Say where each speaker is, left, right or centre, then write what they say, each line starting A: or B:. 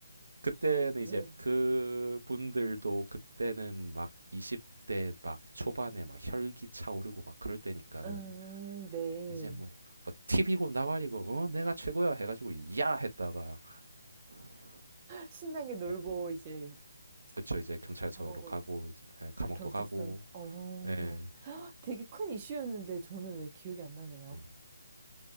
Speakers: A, on the right (about 65°); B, on the right (about 25°).
A: 그때는
B: 네.
A: 이제 그 분들도 그때는 막 20대 막 초반에 막 혈기 차오르고 막 그럴 때니까는
B: 음, 네.
A: 이제 뭐, 뭐 팁이고 나발이고 어 내가 최고야 해가지고 야 했다가
B: 신나게 놀고,
A: 네.
B: 이제,
A: 그쵸 이제 경찰서로
B: 감옥으로.
A: 가고 이제 예, 감옥도
B: 아, 경찰서로.
A: 가고
B: 어,
A: 예.
B: 되게 큰 이슈였는데 저는 왜 기억이 안 나네요.
A: 예.